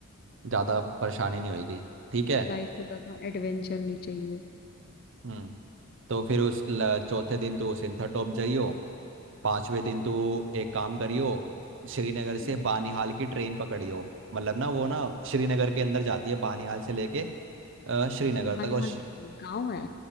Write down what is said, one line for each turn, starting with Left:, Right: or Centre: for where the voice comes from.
Right: ज़्यादा परेशानी नहीं होगी ठीक है
Left: तो लाइफ में बस एडवेंचर नहीं चाहिए
Right: हम्म तो फिर उस ल- चौथे दिन तो सिंथर टॉप जाइयो पांचवें दिन तो एक काम करियो श्रीनगर
Left: हम्म,
Right: से बानिहाल की ट्रेन पकड़ियो मतलब ना वो ना श्रीनगर के अंदर जाती है बानिहाल से लेके अ, श्रीनगर
Left: बानिहाल
Right: तक और श-
Left: क्या है? गाँव है